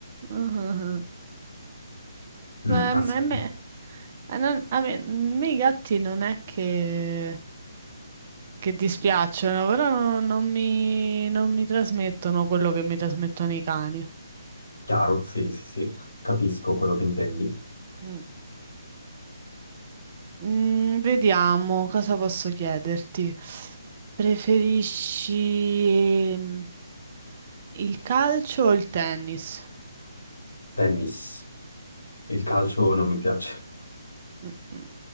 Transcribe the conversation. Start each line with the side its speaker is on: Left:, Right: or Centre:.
Right: Mhm.
Left: Mm,
Right: Beh, a
Left: assolutamente.
Right: me, a me- a non- a me- a me i gatti non è che, che dispiacciono, però non, non mi, non mi trasmettono quello che mi trasmettono i cani.
Left: Chiaro, sì, sì, sì, capisco quello che intendi.
Right: Mm. Mm, vediamo cosa posso chiederti. Preferisci ehm, il calcio o il tennis?
Left: Tennis. Il calcio non mi piace,
Right: Mm, mm,